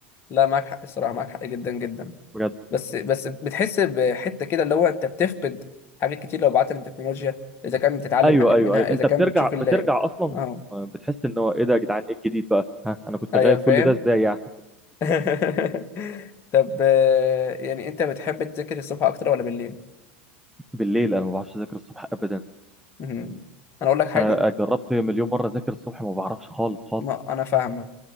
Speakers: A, on the left (about 40°); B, in the centre.
A: لا معاك حق الصراحه معاك حق جدا جدا
B: بجد
A: بس بس بتحس بحته كده اللي هو انت بتفقد حاجات كتير لو بعدت عن التكنولوجيا اذا كان بتتعلم
B: ايوه
A: حاجات
B: ايوه
A: منها
B: ايوه انت
A: اذا كان
B: بترجع
A: بتشوف ال
B: بترجع اصلا
A: اه
B: بتحس ان هو ايه ده يا جدعان ايه الجديد بقى ها انا كنت
A: ايوه
B: غايب
A: فاهم
B: كل ده ازاي يعني
A: <laughs> طب آه، يعني انت بتحب تذاكر الصبح اكتر ولا بالليل؟
B: <laughs> بالليل انا ما بعرفش اذاكر الصبح ابدا
A: مم. انا اقول لك حاجه
B: انا جربت مليون مره اذاكر الصبح ما بعرفش خالص خالص
A: ما انا فاهمك